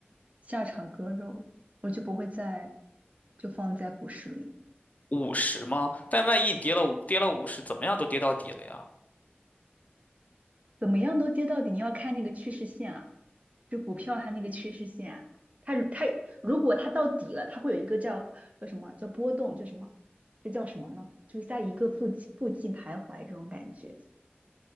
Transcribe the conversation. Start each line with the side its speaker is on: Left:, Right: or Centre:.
Right: 下场割肉，我就不会再就放在股市里。
Left: 五十吗？但万一你跌了五，跌了五十，怎么样都跌到底了呀？
Right: 怎么样都跌到底，你要看那个趋势线啊，就股票它那个趋势线啊，它如它如果它到底了，它会有一个叫叫什么叫波动，就什么这叫什么呢？就是在一个附近附近徘徊这种感觉，